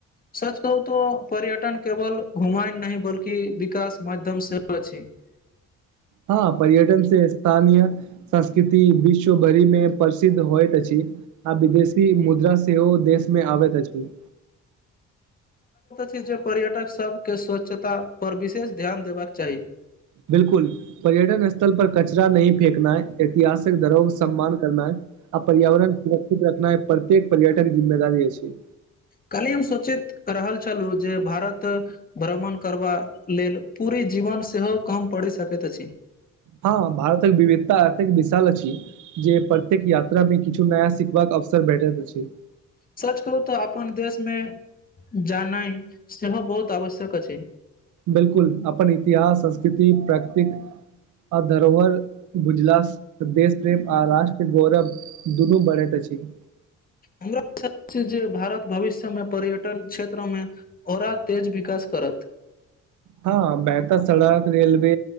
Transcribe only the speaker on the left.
सच कहू तो पर्यटन केवल घुमायन नहि बल्कि विकास माध्यम सेहो अछि <inaudible> <unintelligible>
छै जे पर्यटक सबके स्वच्छता पर विशेष ध्यान देबाक चाही
काल्हि हम सोचैत रहल छलहुँ जे भारत भ्रमण करबा लेल पूरे जीवन सेहो कम परी सकैत अछि
सच कहू तऽ अपन देशमे जाननाइ सेहो बहुत आवश्यक अछि
हमरा सं जे जे भारत भविष्यमे पर्यटन क्षेत्रमे औड़रा तेज विकास करत <inaudible>